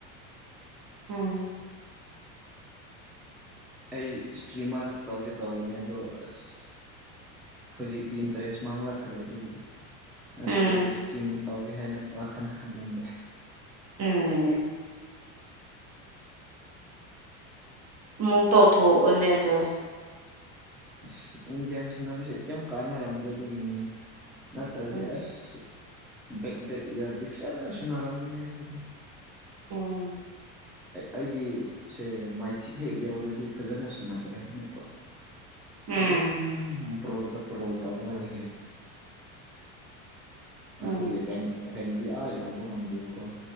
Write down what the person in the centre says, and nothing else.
ꯑꯩ ꯏꯁꯇ꯭ꯔꯤꯃꯥꯔ ꯇꯧꯒꯦ ꯇꯧꯕꯅꯦ ꯑꯗꯣ ꯑꯁ ꯍꯧꯖꯤꯛꯇꯤ ꯏꯟꯇ꯭ꯔꯦꯁ ꯃꯥꯡꯂꯛꯈ꯭ꯔꯦ ꯑꯗꯨꯒꯤ ꯅꯠꯇ꯭ꯔꯗꯤ
ꯏꯁꯇ꯭ꯔꯤꯝ ꯇꯧꯒꯦ ꯍꯥꯏꯅ ꯋꯥꯈꯜ ꯈꯜꯂꯝꯕꯅꯦ
ꯑꯁ ꯎꯝ ꯒꯦꯝ ꯁꯥꯟꯅꯕꯁꯦ ꯀꯩꯝ ꯀꯥꯟꯅꯔꯝꯗꯦ ꯑꯗꯨꯒꯤꯅꯤꯅꯦ ꯅꯠꯇ꯭ꯔꯗꯤ
ꯑꯁ ꯕꯦꯛ ꯕꯦꯛ ꯏꯌꯥꯔꯗꯤ ꯐꯖꯅ ꯁꯨꯅꯔꯝꯅꯤꯍꯦ ꯑꯩꯈꯣꯏꯗꯤ
ꯑꯩꯗꯤ ꯁꯦ ꯃꯥꯏꯊꯤꯛ ꯍꯦꯛ ꯌꯧꯔꯗꯤ ꯐꯖꯅ ꯁꯥꯟꯅꯗ꯭ꯔꯦ ꯑꯃꯨꯛꯀꯥ
ꯑꯗꯨꯝ ꯄ꯭ꯔꯣꯜꯗ ꯇ꯭ꯔꯣꯜ ꯇꯧꯔꯒ ꯂꯩꯔꯦ ꯑꯗꯨꯒꯤ
ꯔꯦꯡ ꯔꯦꯡꯗꯤ ꯑꯥ ꯌꯧꯕ ꯉꯝꯗꯦꯕꯀꯣ